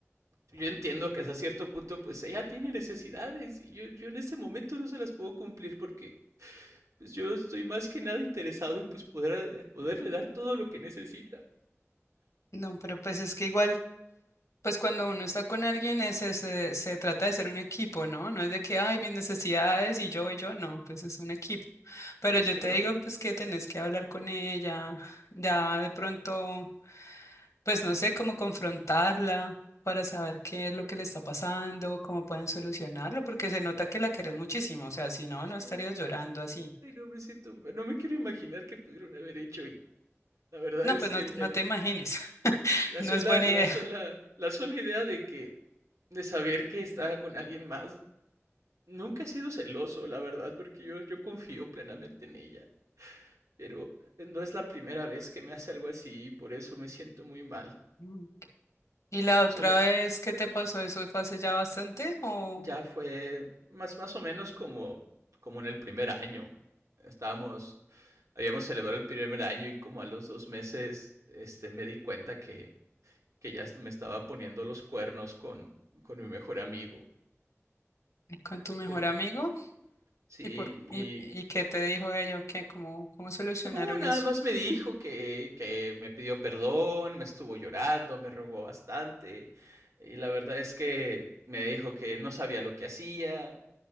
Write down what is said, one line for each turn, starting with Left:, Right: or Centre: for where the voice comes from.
Right: yo entiendo que hasta cierto punto pues ella tiene necesidades y yo, yo en este momento no se las puedo cumplir porque pues yo estoy más que nada interesado en pues poder, eh, poderle dar todo lo que necesita.
Left: No, pero pues es que igual, pues cuando uno está con alguien es, es, eh, se trata de ser un equipo, ¿no? No es de que, ay, mis necesidades y yo y yo, no, pues es un equipo. Pero
Right: Es
Left: yo
Right: que
Left: te
Right: no,
Left: digo, pues que tenés que hablar con ella, ya de pronto, pues no sé cómo confrontarla para saber qué es lo que le está pasando, cómo pueden solucionarlo, porque se nota que la querés muchísimo, o sea, si no,
Right: es
Left: no
Right: que,
Left: estarías llorando así.
Right: ay, no me siento, no me quiero imaginar qué pudieron haber hecho y la verdad
Left: No,
Right: es
Left: pues
Right: que
Left: no,
Right: el,
Left: no
Right: el-
Left: te imagines.
Right: la
Left: No
Right: sola,
Left: es buena
Right: la
Left: idea.
Right: sola, la sola idea de que, de saber que está con alguien más, nunca he sido celoso, la verdad, porque yo, yo confío plenamente en ella, pero eh, no es la primera vez que me hace algo así y por eso me siento muy mal.
Left: Mm. ¿Y la otra
Right: Solo,
Left: vez qué te pasó? ¿Eso fue hace ya bastante o
Right: Ya fue más, más o menos como, como en el primer año. Estábamos, habíamos celebrado el primer año y como a los dos meses, este, me di cuenta que, que ya me estaba poniendo los cuernos con, con mi mejor amigo.
Left: con tu mejor
Right: Pero
Left: amigo?
Right: sí,
Left: ¿Y por
Right: y
Left: y, y qué te dijo ella? o ¿Qué, cómo, cómo solucionaron
Right: no, nada
Left: eso?
Right: más me dijo que, que me pidió perdón, me estuvo llorando, me rogó bastante. Y la verdad es que me dijo que no sabía lo que hacía,